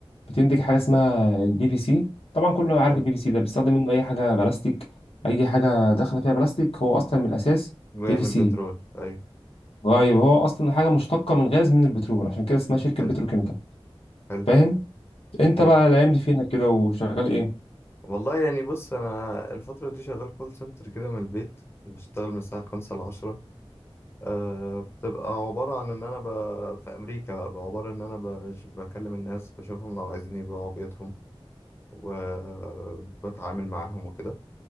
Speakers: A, on the left; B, on the left.
A: بتنتج حاجه اسمها البي في سي طبعا كله عارف
B: حلو
A: البي في سي ده بيستخدم منه اي حاجه بلاستيك اي حاجه داخله فيها بلاستيك هو اصلا من الاساس
B: بعمل
A: بي في سي
B: بترول ايوه
A: طيب هو اصلا حاجه مشتقه من غاز من البترول عشان كده اسمها شركه
B: حلو
A: بتروكيميكال
B: حلو
A: فاهم انت
B: هايل
A: بقى الايام دي فينك كده وشغال ايه
B: والله يعني بص انا الفترة دي شغال كول سنتر كده من البيت بشتغل من الساعة خمسة لعشرة آه بتبقى عبارة عن ان انا ب... في امريكا بقى بقى عبارة ان انا بش... بكلم الناس بشوفهم لو عايزين يبيعوا بيوتهم وبتعامل معاهم وكده